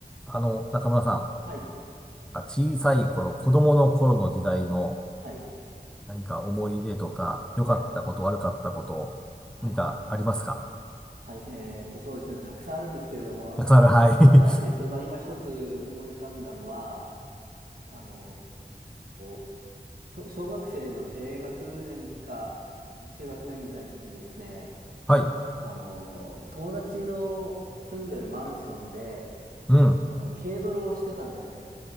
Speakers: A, in the centre; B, on the right (about 60°).
A: あの、中村さん、
B: はい、
A: なんか小さい頃、子供の頃の時代の
B: はい、
A: 何か思い出とか、良かったこと、
B: はい、
A: 悪かったこと、
B: はい、
A: 何かありますか
B: はい、えーっと、そうですね、たくさんあるんですけれども、あの、
A: たくさんある。<laughs> はい。<laughs>
B: はい、えっと、まあ、今一つ思い浮かんだのは、あのーと、小学生の低学年か中学年ぐらいの時にですね、
A: はい。
B: あのー友達の住んでるマンションで、
A: うん。
B: あの、軽泥をしてたんですね。